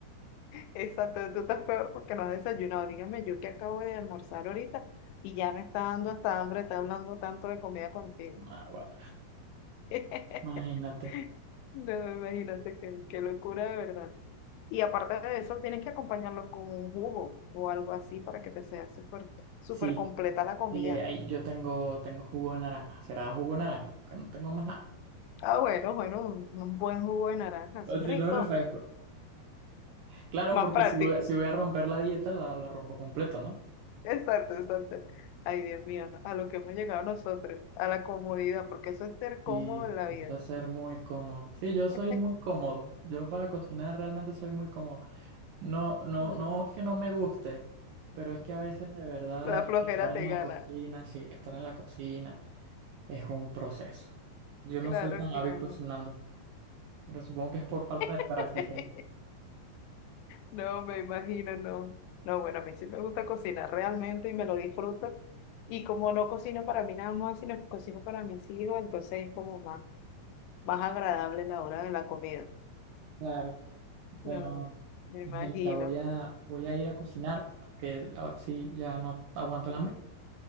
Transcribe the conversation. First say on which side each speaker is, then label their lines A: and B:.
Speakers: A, on the left; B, on the right.
A: Exacto, tú estás peor porque no has desayunado. Dígame, yo que acabo de almorzar ahorita y ya me está dando hasta hambre, está hablando tanto de comida contigo.
B: Ah, bueno,
A: <laughs>
B: imagínate.
A: No, me imagínate qué, qué locura de verdad. Y aparte de eso, tienes que acompañarlo con un jugo o algo así para que te sea súper súper
B: Sí,
A: completa la comida.
B: y ahí ahí yo tengo, tengo jugo de naranja. Será jugo de naranja, porque no tengo más nada.
A: Ah, bueno, bueno, un, un buen jugo de naranja, eso
B: O
A: es
B: si
A: rico,
B: no, refresco. Claro,
A: más
B: porque
A: práctico.
B: si voy a, si voy a romper la dieta, la, la rompo completo, ¿no?
A: Exacto, exacto. Ay, Dios mío, no, A lo que hemos llegado nosotros, a la comodidad, porque eso es ser cómodo
B: Y
A: en la
B: y
A: vida.
B: va a ser muy cómodo. Sí, yo soy
A: <laughs>
B: muy cómodo. Yo para cocinar realmente soy muy cómodo. No, no,
A: No,
B: no es que no me guste, pero es que a veces de verdad
A: la flojera
B: estar en
A: te
B: la
A: gana.
B: cocina, sí, estar en la cocina es un proceso. Yo no
A: Claro,
B: soy tan
A: claro.
B: hábil cocinando, pero supongo que es por falta de práctica.
A: <laughs> No, me imagino, no. No, bueno, a mí sí me gusta cocinar realmente y me lo disfruto. Y como no cocino para mí nada más, sino que cocino para mis hijos, entonces es como más, más agradable la hora de la comida.
B: Claro. Bueno,
A: No, me imagino.
B: Angélica, voy a, voy a ir a cocinar, porque ahora sí ya no aguanto el hambre.